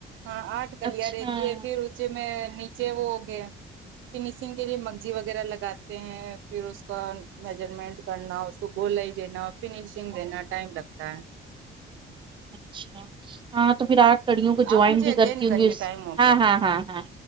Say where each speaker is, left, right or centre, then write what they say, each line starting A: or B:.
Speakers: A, on the right; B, on the right.
A: ہاں آٹھ کلیاں
B: اچھا
A: رہتی ہے پھر نچے میں نیچے وہ ہوگئے فنیشنگ کے لیے مگزی وغیرہ لگاتے ہیں پھر اس کا میجرمنٹ کرنا گولائی دینا فنیشنگ دینا ٹائم لگتا ہے
B: اچھا ہاں تو پھر آٹھ کلیوں کو جوائٹ
A: آپ مجھے
B: بھی
A: اگین
B: کرتی ہوں
A: کریے
B: گی اس
A: ٹائم ہو
B: ہاں
A: گیا
B: ہاں ہاں ہاں